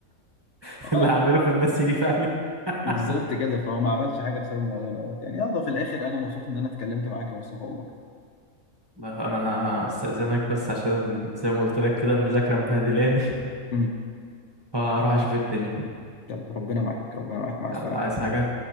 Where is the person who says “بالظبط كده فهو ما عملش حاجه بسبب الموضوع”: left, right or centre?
Left